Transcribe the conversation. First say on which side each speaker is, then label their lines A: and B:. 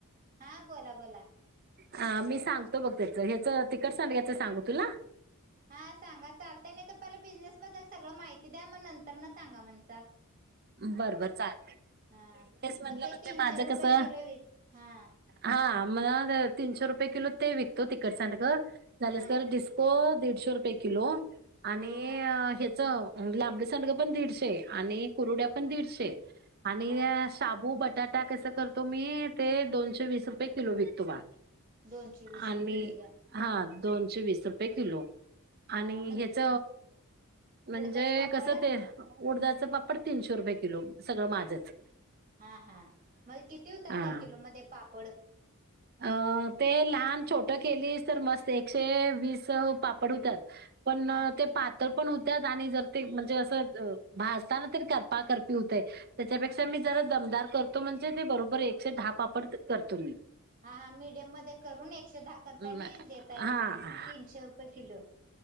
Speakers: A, on the right; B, on the right.
A: हा बोला बोला.
B: ह मी सांगतो बघ त्याच ह्याचं तिकट सांगायचं सांगू तुला
A: हां सांगा चालतय नाही तर पला बिझनेस बद्दल सगळं माहिती द्या मग नं तर म सांगा म्हणसा
B: बरं बर चालतंय
A: हा
B: बिझनेस म्हणलं
A: मग ते
B: म्हणजे
A: तीनशे
B: माझं
A: रुपये
B: कसं
A: किलो वीज हा
B: हा मला तीनशे रुपये किलो ते विकतो तिखट सांडग झालं
A: हा
B: डिस् पो दडशे रुपये किलो आणि
A: हा हा
B: ह्यच लांबड सांडग पण दडशे आणि कुरुड्या पण दीडशे आणि
A: हा हा
B: श साबू बटाटा कसं करतो मी ते दोनशे वीस रुपये किलो विकतो बा
A: दोनशे वीस
B: आणि
A: रुपये किलो
B: हा दोनशे वीस रुपये किलो
A: हा
B: आणि
A: हा म्हणजे
B: ह्याच म्हणजे
A: उडदाच पापड
B: कसं ते उडदाच पापड तीनशे रुपये किलो सगळं माझंच
A: हा हा मग किती होत्यात
B: हा
A: त्या किलो मध्ये पापड
B: अ ते लहान छोट केलीस तर मस्त एकशे वीस पापड हुत्यात पण
A: हा
B: ते पातळ पण होत्या आणि जर ते म्हणजे असं भाजताना तरी करपा करपी होते. त्याच्यापेक्षा
A: हा
B: मी जरा दमदार करतो म्हणजे ते बरोबर एकशे दहा पापड करतो मी
A: हा हा म मिडियम मध्ये करून एकशे दहा करता
B: अं,
A: आणि देतय
B: हां,
A: तीनशे रुपये किलो